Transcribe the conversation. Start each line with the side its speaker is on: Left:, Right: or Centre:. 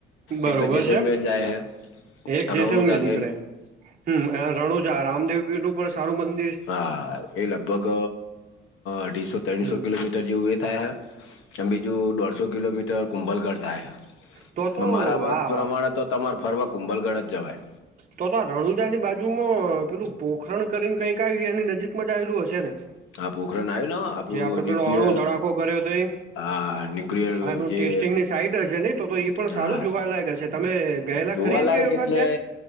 Right: બરોબર
Left: એક તો જેસલમેર
Right: છે
Left: જાય હૈ
Right: એક જેસલમેર
Left: રઉંજા
Right: નીકળે
Left: થઈ.
Right: હમ રણુજા રામદેવ નું. પણ સારું મન.
Left: હા એ લગભગ અઢીસો ત્રસો
Right: હમ
Left: કિલોમીટર. જેવું એ થાય હ બીજું દોઢસો કિલોમીટર. કુંભલગઢ થાય
Right: તો
Left: પણ
Right: તો
Left: મારા મત
Right: આ
Left: પ્રમાણે તો તમારે ફરવા કુંભલગઢ જ જવાય.
Right: તો તો રણુજાની બાજુમાં પેલું પોખરણ કરીને કઈક આવી એની નજીકમાં જ આવેલું હશે ને.
Left: આ પોખરણ આવ્યું ને આપણું
Right: જે આપડે
Left: ન્યુક્લિયર
Right: પેલો અણુ ધડાકો કર્યો હતો એ.
Left: આ ન્યુક્લિયર
Right: આનું
Left: જે
Right: ટેસ્ટિંગની સાઈટ હશે નહી તો એ પણ
Left: હા
Right: સારું જોવાલાયક હશે તમે. ગયેલા
Left: જોવાલાયક
Right: ખરી કે વખત
Left: એટલે
Right: ત્યાં